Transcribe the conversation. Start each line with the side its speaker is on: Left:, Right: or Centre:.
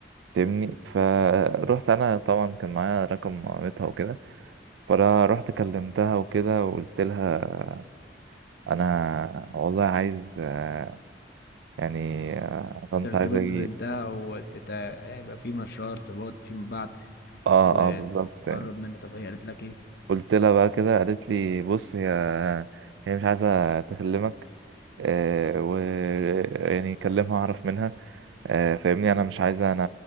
Right: فاهمني فروحت انا طبعا كان معايا رقم مامتها وكده فانا رحت كلمتها وكده وقلت لها انا والله عايز آه، يعني آه، كنت
Left: ترتبط
Right: عايز اجي
Left: ببنتها وتت... هيبقى في مشروع ارتباط فيما بعد
Right: اه
Left: وتتقرب
Right: اه بالظبط يعني.
Left: منها طب هي قالت لك ايه
Right: قلت لها بقى كده قالت لي بص هي هي مش عايزه تكلمك آه و يعني كلمها اعرف منها آه فاهمني انا مش عايزه انا